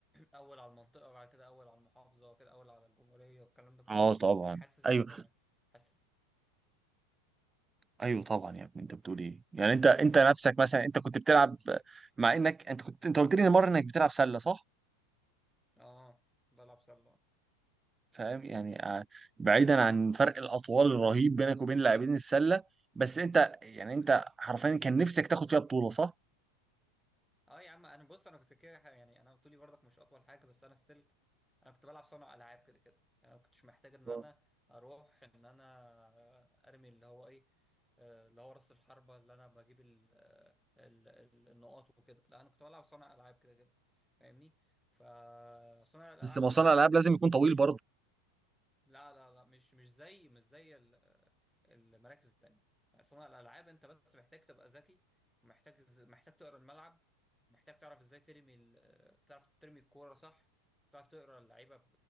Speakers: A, in the centre; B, on the right (about 15°).
A: اول على المنطقه وبعد كده اول على المحافظه وبعد كده اول على الجمهوريه والكلام ده كله
B: اه طبعا
A: يعني حاسس
B: ايوه
A: ان حاسس
B: ايوه طبعا يا ابني انت بتقول ايه يعني انت انت نفسك مثلا انت كنت بتلعب مع انك انت كنت انت قلت لي مره انك بتلعب سله صح
A: اه بلعب سله
B: فاهم يعني آه، بعيدا عن فرق الاطوال الرهيب بينك وبين لاعبين السله بس انت يعني انت
A: ايوه
B: حرفيا كان نفسك تاخد فيها بطوله صح
A: اه يا عم انا بص انا كنت كده يعني انا طولي برضك مش اطول حاجه بس انا ستيل انا كنت بلعب صانع العاب كده كده يعني ما كنتش محتاج ان
B: آه.
A: انا اروح ان انا ارمي اللي هو ايه آه، اللي هو راس الحربه اللي انا بجيب ال آه، ال ال النقاط وكده لا انا كنت بلعب صانع العاب كده كده فاهمني فصانع الالعاب
B: بس ما هو
A: ده
B: صانع العاب لازم يكون طويل برضه
A: لا لا لا مش مش زي مش زي ال- المراكز التانية صناعة الألعاب أنت بس محتاج تبقى ذكي محتاج محتاج تقرا الملعب محتاج تعرف إزاي ترمي ال- تعرف ترمي الكورة صح تعرف تقرا اللعيبة